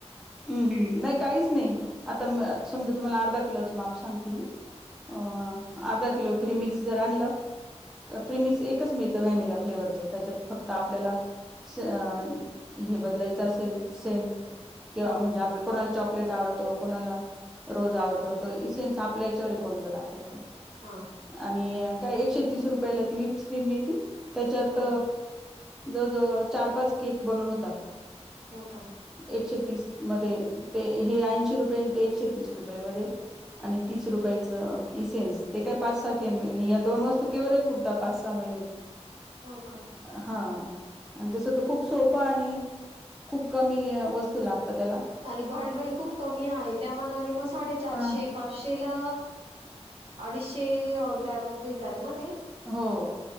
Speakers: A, in the centre; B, on the right.
A: हम्म हम्म नाही काहीच नाही आता समजा तुम्हाला अर्धा किलोचं माप सांगते मी. अ अर्धा किलो प्रीमिक्स जर आनल... तर प्रिमिक्स एकच मिळतं व्हॅनिला फ्लेवरच त्याच्यात फक्त आपल्याला- <unintelligible> हे बदलायचं असेल सेंट किंवा
B: हो
A: म्हणजे आपल कोणाला चॉक चॉकलेट आवडतो, कोणाला रोज आवडतो, त इसेंन्स आपल्या याच्यावर कोणतं टाकायचा.
B: हां
A: आणि काय एकशे तीस रुपयाला ती विप्स क्रीम मिळती. त्याच्यात
B: हो
A: जवळ जवळ चार पाच केक बनून होता.
B: हो का.
A: एकशे तीस मधे हे ऐंशी रुपये ते एकशे तीस रुपये मधे आणि तीस रुपयाचं इसेंन्स ते काय पाच सहा थेंब या दोन वस्तू केवरही पुरता पाच सहा महि
B: हो का
A: <unintelligible> हा. आणि तस तर खूप सोपं आणि खूप कमी वस्तू.. त्याला
B: आणि भांडवल खूप कमी आहे. त्या मनाने मं साडे चारशे
A: हा
B: पाचशे ला अडीचशे ग्रॅम देतात ना ते?
A: हो..